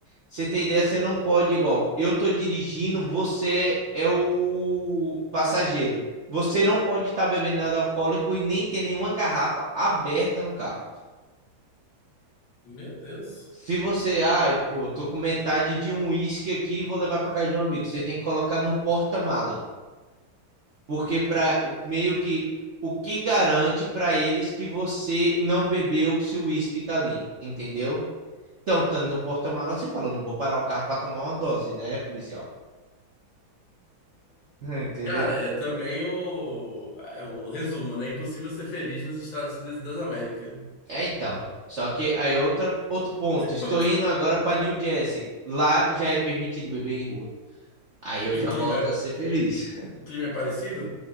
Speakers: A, on the right; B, on the left.
A: Você tem ideia, você não pode igual. Eu tô dirigindo, você é o passageiro. Você não pode estar bebendo nada alcoólico e nem ter nenhuma garrafa aberta no carro.
B: Meu Deus.
A: Se você, ai, pô, tô com metade de um uísque aqui, vou levar pra casa de um amigo. Você tem que colocar no porta-mala, porque para meio que o que garante pra eles que você não bebeu se o uísque tá ali, entendeu? Então, estando no porta-mala, você fala, não vou parar o carro pra tomar uma dose, né, policial? <laughs> Entendeu?
B: Cara, é também o, é o resumo, né? Impossível ser feliz nos Estados Unidos das Américas.
A: É, então. Só que aí é outra, outro ponto. Estou
B: <laughs>
A: indo agora pra New Jersey. Lá já é permitido beber em rua. Aí eu
B: E
A: já
B: o
A: volto
B: clima, é-
A: a ser feliz.
B: o clima é parecido?